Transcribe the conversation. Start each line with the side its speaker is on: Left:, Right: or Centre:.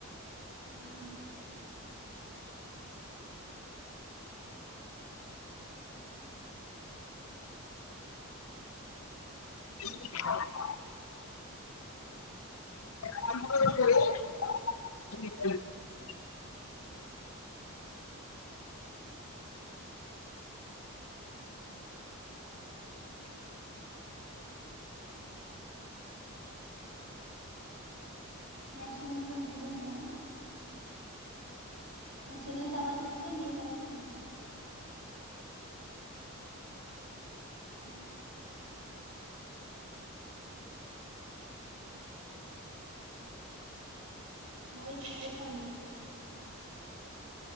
Right: ఉమ్
Left: కుక్క అరుపు తీసుకెళ్లండి
Right: నెక్స్ట్ మినింట్లో మీ చెల్లకా మీ చెల్లెల తర్వాత నిక నీ తర్వాత మీ చెల్లిక ఎస్ నైస్ నైస్ అం